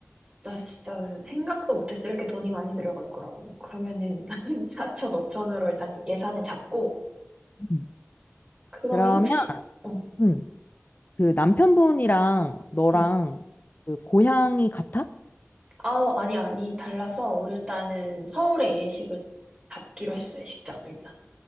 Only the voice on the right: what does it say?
나 진짜 생각도 못했어. 이렇게 돈이 많이 들어갈 거라고. 그러면은 <laughs> 4천, 5천으로 일단 예산을 잡고,
그러면
혹시, 어,
응.
아, 아니, 아니. 달라서, 우리 일단은 서울의 예식을 잡기로 했어, 예식장, 일단.